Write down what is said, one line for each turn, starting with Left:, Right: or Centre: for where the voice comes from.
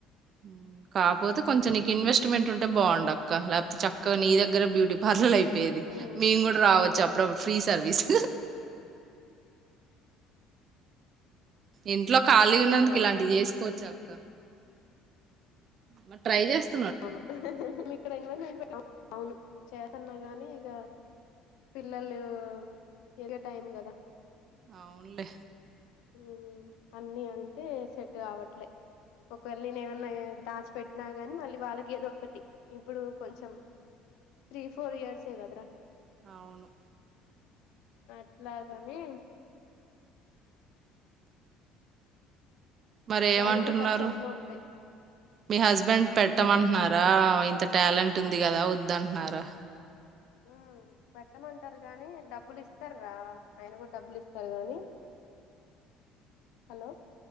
Right: హ <unintelligible> కాపోతే కొంచెం నీకి ఇన్వెస్ట్ మెంట్ ఉంటే బావుండు అక్క లేకపో చక్కగా నీ దెగ్గరే బ్యూటీ పార్లర్ అయి పోయేది
Left: ఉమ్
Right: మేము కూడా రావచ్చు అప్పుడప్పు ఫ్రీ సర్వీస్ ఇంట్లో ఖళీగున్నందుకు
Left: అవును రా
Right: ఇలాంటివి చేసుకోవచ్చా అ క్క మ ట్రై చేస్త
Left: అవును ఇక్కడ ఇన్వెస్ట్మెంట్ పెట్ అవును చేతన్నా గాని ఇక పిల్లలు ఎదిగే టైం కదా
Right: అవునులే
Left: మ్ అన్ని అంటే సెట్ కావట్లే ఒకవేళ నేనేమన్నా దాచిపెట్టినా గాని మళ్ళీ వాళ్ళకి ఏదో ఒకటి ఇప్పుడు కొంచెం త్రీ ఫోర్ ఇయర్స్ ఏ గదరా
Right: అవును
Left: అట్లాగనే
Right: మరి
Left: వాళ్ళకీ
Right: ఏమంటున్నారు
Left: ఖర్చు అవుతూ ఉంటాయి
Right: మీ హస్బెండ్ పెట్టమంటన్నారా ఇంత టాలెంట్ ఉంది కదా వద్దంట్నరా
Left: మ్ పెట్టమంటారు కానీ డబ్బులు ఇస్తార్ రా ఆయన కూడా డబ్బులు ఇస్తారు గానీ హలో